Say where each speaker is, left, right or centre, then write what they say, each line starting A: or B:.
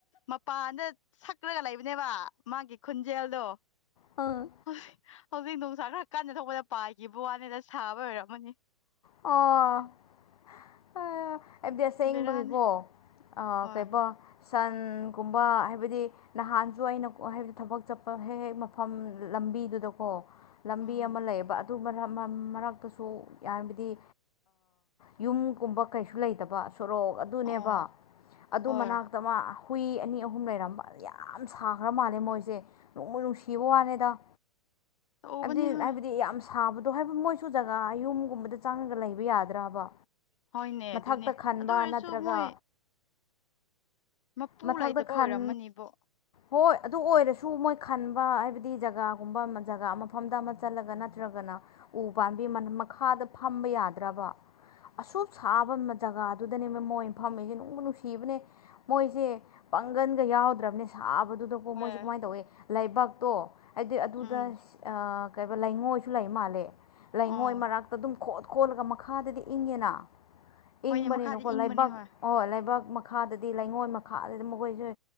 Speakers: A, on the left; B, on the left.
A: ꯃꯄꯥꯟꯗ ꯁꯛ꯭ꯔꯒ ꯂꯩꯕꯅꯦꯕ ꯃꯥꯒꯤ ꯈꯨꯟꯖꯦꯜꯗꯣ
B: ꯑꯥ
A: ꯍꯧꯖꯤꯛ ꯍꯧꯖꯤꯛ ꯣꯡꯁꯥ ꯈ꯭ꯔ ꯀꯥꯟꯗ ꯊꯣꯛꯄꯗ ꯄꯥꯏꯈꯤꯕ ꯋꯥꯅꯤꯗ ꯁꯥꯕ ꯑꯣꯏꯔꯝꯃꯅꯤ
B: ꯑꯣ ꯑ ꯍꯥꯏꯕꯗꯤ ꯑꯁꯦꯡꯕꯒꯤꯀꯣ
A: ꯕꯦꯔꯥꯅꯤ ꯍꯣꯏ
B: ꯀꯩꯕ ꯁꯟꯒꯨꯝꯕ ꯍꯥꯏꯕꯗꯤ ꯅꯍꯥꯟꯁꯨ ꯑꯩꯅ ꯍꯥꯏꯕꯗꯤ ꯊꯕꯛ ꯆꯠꯄ ꯍꯦꯛ ꯍꯦꯛ ꯃꯐꯝ ꯂꯝꯕꯤꯗꯨꯗꯀꯣ ꯂꯝꯕꯤ
A: ꯎꯝ
B: ꯑꯃ ꯂꯩꯌꯦꯕ ꯑꯗꯨ ꯃꯔꯛꯇꯁꯨ ꯌꯥ ꯗꯤ ꯌꯨꯝꯒꯨꯝꯕ ꯀꯩꯁꯨ ꯂꯩꯇꯕ ꯁꯣꯔꯣꯛ ꯑꯗꯨꯅꯦꯕ
A: ꯑꯣ
B: ꯑꯗꯨ
A: ꯍꯣꯏ
B: ꯃꯅꯥꯛꯇ ꯃꯥ ꯍꯨꯏ ꯑꯅꯤ ꯑꯍꯨꯝ ꯂꯩꯔꯝꯕ ꯌꯥꯝ ꯁꯥꯈ꯭ꯔ ꯃꯥꯜꯂꯦ ꯃꯣꯏꯁꯦ ꯅꯣꯡꯃ ꯅꯨꯡꯁꯤꯕ ꯋꯥꯅꯦꯗ
A: ꯇꯧꯕꯅꯦ
B: ꯑꯗꯤ
A: ꯍꯣꯏ
B: ꯍꯥꯏꯕꯗꯤ ꯌꯥꯝ ꯁꯥꯕꯗꯣ ꯍꯥꯏꯕ ꯃꯣꯏꯁꯨ ꯖꯒꯥ ꯌꯨꯝꯒꯨꯝꯕꯗ ꯆꯪꯉꯒ ꯂꯩꯕ ꯌꯥꯗ꯭ꯔꯕ
A: ꯍꯣꯏꯅꯦ
B: ꯃꯊꯛꯇ
A: ꯑꯗꯨꯅꯦ
B: ꯈꯟꯕ
A: ꯑꯗꯨ ꯑꯣꯏꯔꯁꯨ
B: ꯅꯠꯇ꯭ꯔꯒ
A: ꯃꯣꯏ ꯃꯄꯨ
B: ꯃꯊꯛꯇ
A: ꯂꯩꯇꯕ
B: ꯈꯟ
A: ꯑꯣꯏꯔꯝꯃꯅꯤꯕꯣ
B: ꯍꯣꯏ ꯑꯗꯨ ꯑꯣꯏꯔꯁꯨ ꯃꯣꯏ ꯈꯟꯕ ꯍꯥꯏꯕꯗꯤ ꯖꯒꯥꯒꯨꯝꯕ ꯑꯃ ꯖꯒꯥ ꯃꯐꯝꯗ ꯑꯃ ꯆꯠꯂꯒ ꯅꯠꯇ꯭ꯔꯒꯅ ꯎ ꯄꯥꯝꯕꯤ ꯃꯈꯥꯗ ꯐꯝꯕ ꯌꯥꯗ꯭ꯔꯕ ꯑꯁꯨꯛ ꯁꯥꯕ ꯖꯒꯥꯗꯨꯗꯅꯦ ꯃ ꯃꯣꯏ ꯐꯝꯃꯤꯁꯦ ꯅꯨꯡꯕꯨ ꯅꯨꯡꯁꯤꯕꯅꯦ ꯃꯣꯏꯁꯦ ꯄꯥꯡꯒꯟꯒ ꯌꯥꯎꯗ꯭ꯔꯕꯅꯦ ꯁꯥꯕꯗꯨꯗꯀ
A: ꯍꯣꯏ
B: ꯃꯣꯏꯁꯦ ꯀꯃꯥꯏꯅ ꯇꯧꯋꯏ ꯂꯥꯏꯕꯛꯇꯣ ꯍꯥꯏꯗꯤ ꯑꯗꯨꯗ
A: ꯎꯝ
B: ꯀꯩ ꯂꯩꯉꯣꯏꯁꯨ ꯂꯩ ꯃꯥꯜꯂꯦ ꯂꯩꯉꯣꯏ
A: ꯑꯣ
B: ꯃꯔꯥꯛꯛꯇ ꯑꯗꯨꯝ ꯈꯣꯠ ꯈꯣꯠꯂꯒ ꯃꯈꯥꯗꯗꯤ ꯏꯪꯉꯦꯅ
A: ꯍꯣꯏꯅꯦ
B: ꯏꯪꯕꯅꯤꯅꯀꯣ
A: ꯃꯈꯥꯗꯤ ꯏꯪꯕꯅꯦ
B: ꯂꯩꯕꯥꯛ
A: ꯍꯣꯏ
B: ꯑꯣ ꯂꯩꯕꯥꯛ ꯃꯈꯥꯗꯗꯤ ꯂꯩꯉꯣꯏ ꯃꯈꯥꯗꯗ ꯃꯈꯣꯏꯁꯨꯦ